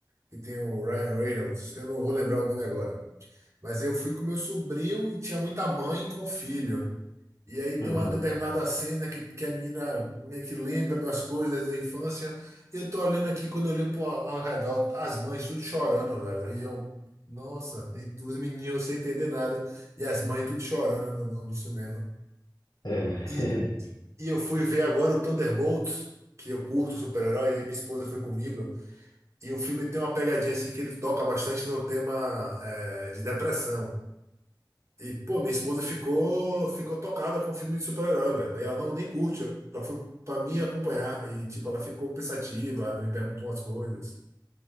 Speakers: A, on the right; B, on the left.
A: que tem o Ryan Reynolds, eu não vou lembrar o nome agora. Mas eu fui com meu sobrinho e tinha muita mãe com filho. E aí tem
B: Aham.
A: uma determinada cena que, que a menina meio que lembra das coisas da infância. Eu tô olhando aqui, quando eu olho pro, ao redor, as mães tudo chorando, velho. E eu, nossa, e os meninos sem entender nada. E as mães tudo chorando no, no- no cinema.
B: É.
A: E,
B: <laughs>
A: e eu fui ver agora o Thunderbolts, que eu curto super-herói, e aí minha esposa foi comigo. E o filme tem uma pegadinha assim que ele toca bastante no tema é, de depressão. E, pô, minha esposa ficou ficou tocada com filme de super-herói, velho. E ela não nem curte, ela foi pra me acompanhar. E, tipo, ela ficou pensativa, ela me perguntou umas coisas.